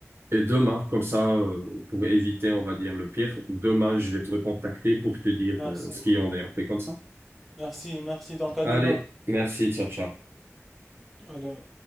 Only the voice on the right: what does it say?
Et demain, comme ça, euh, pour éviter, on va dire, le pire, demain, je vais te recontacter pour te dire,
euh, ce qu'il en est. On fait comme ça.
Allez,
merci, ciao, ciao.